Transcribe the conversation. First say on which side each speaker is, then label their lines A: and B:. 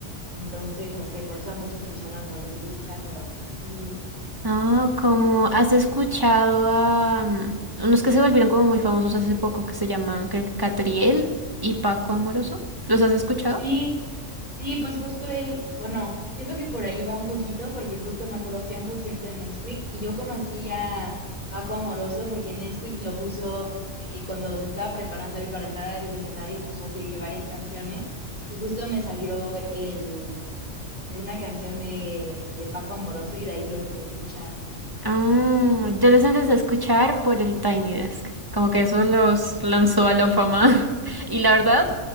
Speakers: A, on the left (about 35°); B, on the right (about 20°).
A: Entonces, no sé, por eso a muchas personas no les gusta, pero a otras sí.
B: Ah, como has escuchado a mm, unos que se volvieron como muy famosos hace poco que se llaman, creo que Catriel y Paco Amoroso. ¿Los has escuchado?
A: Sí, sí, pues justo él, bueno, siento que por ahí va un poquito, porque justo me acuerdo, fui a un concierto de Nesquik y yo conocí a Paco Amoroso porque Nesquik lo puso de que cuando se estaba preparando él para entrar al escenario puso así de que varias canciones y justo me salió el, este, una canción de, de Paco Amoroso y de ahí lo empecé a escuchar.
B: Ah, yo los empecé a escuchar por el Tiny Desk, como que eso los lanzó a la fama <laughs> y la verdad